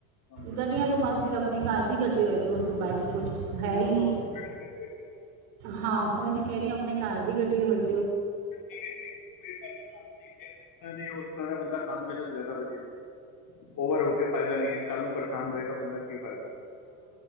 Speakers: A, on the left; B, on the right.
A: ਕੰਫਰਟੇਬਲ
B: ਗੱਡੀਆਂ ਤੋਂ ਬਾਅਦ, ਫਿਰ ਆਪਣੇ ਘਰ ਦੀ ਗੱਡੀ ਹੋਏ, ਤੇ ਉਸ ਤੋਂ ਬਾਦ। ਪਰ ਕੁਛ
A: ਉਹ
B: ਹੈ ਹੀ ਨਹੀਂ।
A: ਤੋਂ ਉਸ ਤੋਂ ਬੈਟਰ ਫਿਰ ਕੋਈ ਚੀਜ਼ ਨਹੀਂ
B: ਹਾਂ ਉਹੀ ਤਾਂ ਕਹਿ ਰਹੀ ਹਾਂ, ਆਪਣੇ ਘਰ ਦੀ ਗੱਡੀ ਹੋਏ।
A: ਠੀਕ ਹੈ ਜੀ। ਕੋਈ ਗੱਲ ਹੈ ਨਾ, ਆਪ ਜਿਸ ਤਰ੍ਹਾਂ ਦੀ, ਉਸ ਤਰ੍ਹਾਂ ਦਾ ਬੰਦਾ ਕੰਮ ਕਰੇ, ਤਾਂ ਜ਼ਿਆਦਾ ਵਧੀਆ। ਓਵਰ ਹੋ ਕੇ ਫਾਇਦਾ ਨਹੀਂ ਹੈ। ਕੱਲ੍ਹ ਨੂੰ ਪਰੇਸ਼ਾਨ ਰਹੇਗਾ, ਬੰਦਾ ਕੀ ਫਾਇਦਾ।